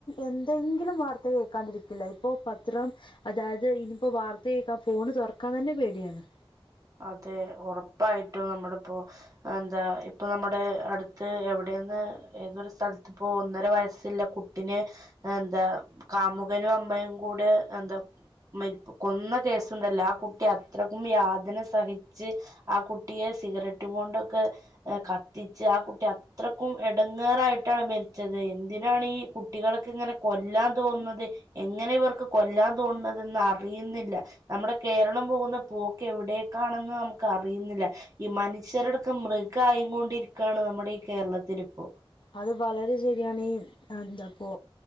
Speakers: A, on the left; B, on the right.
A: എന്തെങ്കിലും വാർത്ത കേക്കാണ്ടിരിക്കില്ല ഇപ്പൊ പത്രം അതായത് ഇനിയിപ്പോ വാർത്ത കേക്കാൻ ഫോണ് തുറക്കാൻ തന്നെ പേടിയാണ്
B: അതെ ഉറപ്പായിട്ടും നമ്മുടെ ഇപ്പൊ എന്താ ഇപ്പൊ നമ്മുടെ അടുത്ത് എവിടെന്ന് ഏതൊരു സ്ഥലത്ത് ഇപ്പൊ ഒന്നര വയസ്സുള്ള കുട്ടിനെ എന്താ കാമുകനും അമ്മയും കൂടെ എന്താ കൊന്ന കേസുണ്ടല്ലോ ആ കുട്ടി അത്രക്കും യാതന സഹിച്ച് ആ കുട്ടിയെ സിഗരറ്റും കൊണ്ടൊക്കെ കത്തിച്ച് ആ കുട്ടി അത്രക്കും എടങ്ങേറായിട്ടാണ് മരിച്ചത് എന്തിനാണ് ഈ കുട്ടികൾക്ക് ഇങ്ങനെ കൊല്ലാൻ തോന്നുന്നത് എങ്ങനെ ഇവർക്ക് കൊല്ലാൻ തോന്നുന്നത് എന്ന് അറിയുന്നില്ല നമ്മുടെ കേരളം പോകുന്ന പോക്കെവിടെ ക്കാണെന്ന് നമുക്ക് അറിയുന്നില്ല ഈ മനുഷ്യരടൊക്കെ മൃഗ ആയിങ്ങൊണ്ടിരിക്കാണ് നമ്മുടെ ഈ കേരളത്തിൽ ഇപ്പോ
A: അത് വളരെ ശരിയാണ് ഈ എന്താപ്പോ